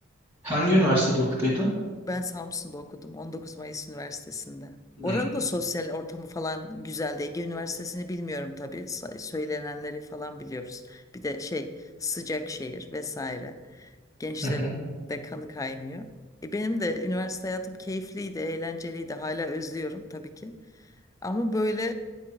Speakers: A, on the right; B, on the left.
A: Hangi üniversitede okuduydun?
B: Ben Samsun'da okudum 19 Mayıs Üniversitesi'nde.
A: Hmm,
B: Oranın da sosyal ortamı falan güzeldi. Ege Üniversitesi'ni bilmiyorum tabii. Sa- Söylenenleri falan biliyoruz. Bir de şey sıcak şehir vesaire. Gençlerin
A: Hı hı.
B: de kanı kaynıyor. E benim de üniversite hayatım keyifliydi, eğlenceliydi. Hala özlüyorum tabii ki. Ama böyle